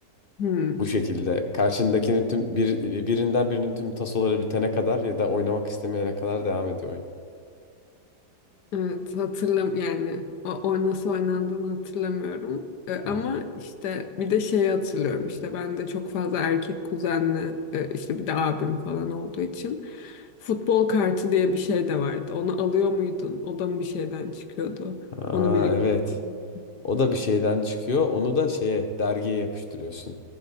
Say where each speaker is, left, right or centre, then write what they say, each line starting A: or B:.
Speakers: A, on the left; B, on the left.
A: Hı.
B: Bu şekilde karşındakinin tüm bir, birinden birinin tüm tasoları bitene kadar ya da oynamak istemeyene kadar devam ediyor oyun.
A: Evet hatırlam yani o, o nasıl oynandığını hatırlamıyorum. E, ama
B: Hmm.
A: işte bir de şeyi hatırlıyorum işte ben de çok fazla erkek kuzenle e, işte bir de abim falan olduğu için futbol kartı diye bir şey de vardı. Onu alıyor muydun? O da mı bir şeyden çıkıyordu?
B: Aa,
A: Onu biriktiriyordum.
B: evet. O da bir şeyden çıkıyor. Onu da şeye dergiye yapıştırıyorsun.